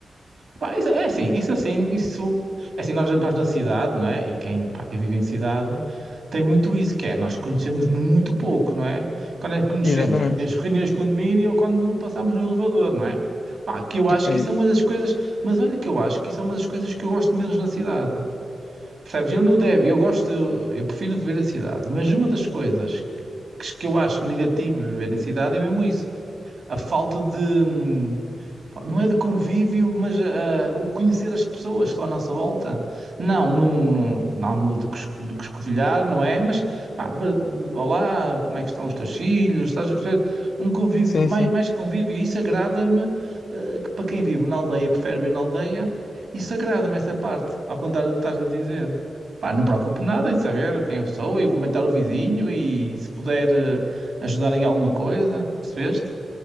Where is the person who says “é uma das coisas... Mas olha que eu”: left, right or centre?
Right